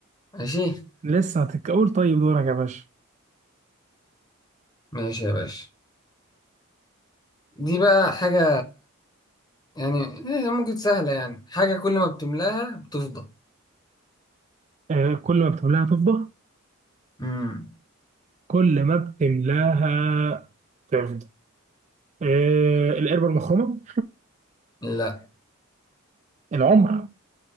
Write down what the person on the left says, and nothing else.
ماشي
ماشي يا باشا دي بقى حاجة يعني إيه، هي ممكن سهلة يعني حاجة كل ما بتملاها بتفضى
امم
لا